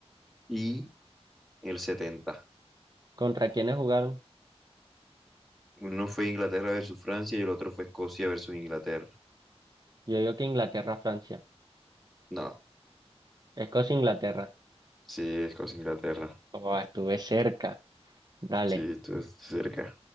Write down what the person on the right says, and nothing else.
¿Contra quiénes jugaron?
Yo digo que Inglaterra, Francia.
Escocia, Inglaterra.
Oh, estuve cerca. Dale,